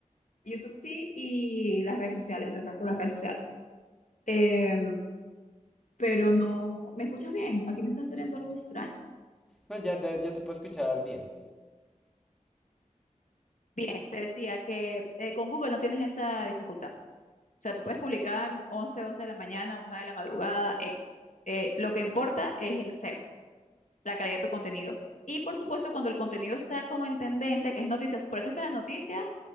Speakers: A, on the left; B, in the centre.
A: YouTube sí y las redes sociales, el resto de las redes sociales. Eh, pero no. ¿Me escuchas bien? Aquí me está saliendo algo extraño.
B: No, ya, ya, ya te puedo escuchar bien.
A: Bien, te decía que eh, con Google no tienes esa dificultad. O sea, tú puedes publicar 11 12 de la mañana, una de la madrugada, X. Eh, lo que importa es el SEO, la calidad de tu contenido. Y por supuesto, cuando el contenido está como en tendencia, que es noticias, por eso es que las noticias,